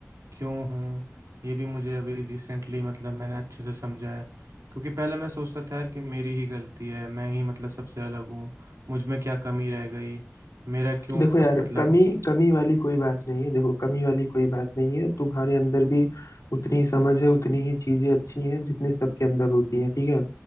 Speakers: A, on the right (about 80°); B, on the left (about 80°).
A: क्यों हूँ ये भी मुझे अभी रिसेंटली मतलब मैंने अच्छे से समझा है क्योंकि पहले मैं सोचता था यार कि मेरी ही गलती है मैं ही मतलब सबसे अलग हूँ मुझ में क्या कमी रह गई मेरा क्यों
B: देखो
A: ख...
B: यार
A: मतलब
B: कमी कमी वाली कोई बात नहीं है देखो कमी वाली कोई बात नहीं है तुम्हारे अंदर भी उतनी ही समझ है उतनी ही चीजें अच्छी हैं जितनी सबके अंदर होती हैं ठीक है